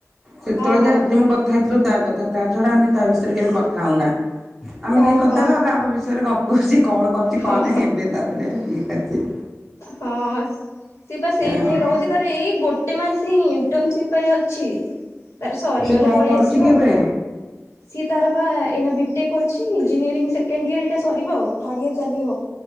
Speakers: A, in the centre; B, on the left.
A: ସେତେବେଳେ
B: ହଁ
A: ଯା ଆଜି ମୁଁ କଥା ହେଇଥିଲୁ ତା କଥା ତା ଛଡା ଆମେ ତା ବିଷୟରେ କେବେ କଥା ହଉନା। ଆମେ
B: ଓ
A: କାହିଁକି କଥା
B: ହଁ
A: ହବୁ ଆବେ ଆମ ବିଷୟରେ ଗପୁ ଅଛି କଣ କରୁଛି କଣ
B: ହଁ
A: ନାହିଁ ଏବେ ତାପରେ ଏନ୍ତି
B: ହଁ ସିଏ ବା ସେଇଠି
A: ଆଉ।
B: ଯାଇକ ରହୁଛି ତାର ଏଇ ଗୋଟେ ମାସ ଇଣ୍ଟର୍ନସିପ୍ ପାଇଁ ଅଛି। ତାର ସରିଗଲେ
A: ସେ କଣ
B: ପଳେଇଆସିବ
A: କରୁଛି କି
B: ଆଉ
A: ଏବେ?
B: ସିଏ ତାର ବା ଏଇନା ଛି ଇଞ୍ଜିନିୟରିଂ ସେକେଣ୍ଡ ଇୟର ଏଇଟା ସରିବ ଆଉ ଥାର୍ଡ ଇୟର ଚାଲିବ।